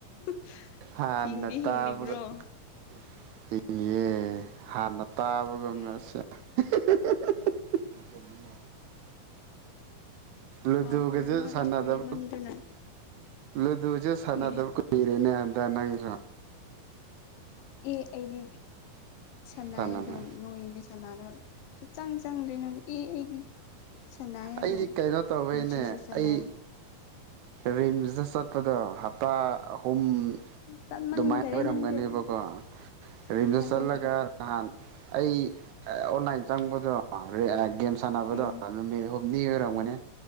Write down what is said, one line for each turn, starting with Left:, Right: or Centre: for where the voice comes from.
Left: <inaudible>
Right: ꯍꯥꯟꯅ
Left: ꯍꯤꯡꯗꯤ
Right: ꯇꯥꯕꯒ
Left: ꯍꯤꯡꯂꯤꯕ꯭ꯔꯣ
Right: <unintelligible>
Left: ꯑꯩ
Right: <unintelligible> ꯂꯨꯗꯨꯒꯖꯨ
Left: ꯄꯥꯎ ꯐꯥꯎꯅꯕ
Right: ꯁꯥꯟꯅꯗꯕ
Left: ꯀꯨꯏꯃꯟꯗꯅ
Right: ꯂꯨꯗꯨꯖꯨ ꯁꯥꯟꯅꯗꯕ
Left: ꯑꯦ
Right: ꯀꯨꯏꯔꯦꯅꯦ ꯍꯟꯗꯛ ꯅꯪꯖꯨ
Left: ꯑꯦ ꯑꯩꯗꯤ ꯁꯥꯅꯩꯌꯦ
Right: ꯁꯥꯟꯅꯗ
Left: ꯑꯗꯨꯝ ꯅꯣꯏꯅꯦ ꯁꯥꯟꯅꯗꯕ ꯁꯨꯛꯆꯪ ꯆꯪꯗ꯭ꯔꯦ ꯅꯣꯏꯗꯤ ꯏ ꯑꯩꯗꯤ ꯁꯥꯟꯅꯩ
Right: ꯑꯩꯗꯤ
Left: ꯑꯗꯨꯝ
Right: ꯀꯩꯅꯣ ꯇꯧꯕꯩꯅꯦ
Left: ꯉꯁꯤꯁꯨ ꯁꯥꯟꯅꯩ
Right: ꯑꯩ ꯔꯤꯝꯁꯇ ꯆꯠꯄꯗ ꯍꯞꯇꯥ ꯑꯍꯨꯝ
Left: ꯆꯠꯃꯟꯈꯔꯦ
Right: ꯑꯗꯨꯃꯥꯏ ꯑꯣꯏꯔꯝꯒꯅꯤꯕꯀꯣ
Left: ꯅꯪꯁꯨ
Right: ꯔꯤꯝꯁ
Left: ꯊꯥꯖꯗꯔꯦ
Right: ꯆꯠꯂꯒ ꯅꯍꯥꯟ ꯑꯩ ꯑ ꯑꯣꯟꯂꯥꯏꯟ ꯆꯪꯕꯗꯣ ꯔ ꯑ ꯒꯦꯝꯁ ꯁꯥꯟꯅꯕꯗꯣ
Left: ꯎꯝ
Right: ꯅꯨꯃꯤꯠ ꯍꯨꯝꯅꯤ ꯑꯣꯏꯔꯝꯒꯅꯤ
Left: ꯎꯝ